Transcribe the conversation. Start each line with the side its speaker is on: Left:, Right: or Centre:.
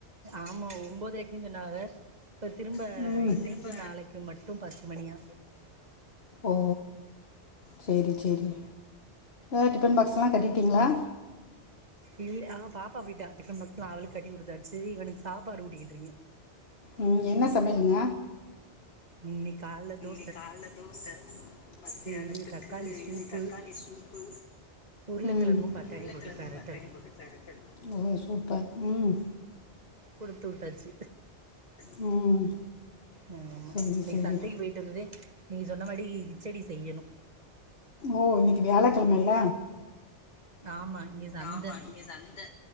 Right: ஆம்மா ஒம்பதொரைக்கினு சொன்னாங்க இப்போ திரும்ப
Left: திரும்ப
Right: இன்னைக் ட்டு நாளைக்கு மட்டு பத்து மணியா
Left: ஓ சேரி சேரி அ டிஃபன் பாக்ஸ்லா கட்டிட்டிங்ளா
Right: இல் ஆ பாப்பா போய்ட்டா டிஃபன் பாக்ஸ்ல்லா அவளுக்கு கட்டி குடுத்தாச்சி இவனுக்கு சாப்பாடு ஊட்டிட்டு இருக்கே
Left: ம் என்ன சமையலுங்க
Right: இன்னிக்கால்ல தோ
Left: இன்னிகால்ல தோச மத்தியானத்துக்கு
Right: இது தக்காளி சூப்பு
Left: இது தக்காளி சூப்பு
Right: உருளைக்கிழங்கும்
Left: ம்
Right: பட்டாணியும்
Left: உருளகெழங்கு
Right: போட்டு பெரட்டல்
Left: பட்டானி போட்டு மெட்டல் ம் சூப்பர் ம்
Right: குடுத்வுட்டாச்சி
Left: ம்
Right: ஆ ஆமா
Left: சரி
Right: இன்னைக்கு
Left: சரி
Right: சந்தைக்கு போயிட்டு வந்ததே நீங்க சொன்ன மாடி கிச்சடி செய்யனு
Left: ஓ இன்னைக்கு வியாழக்கெழம இல்ல
Right: ஆமா இங்க சந்த
Left: ஆமா இங்க சந்த்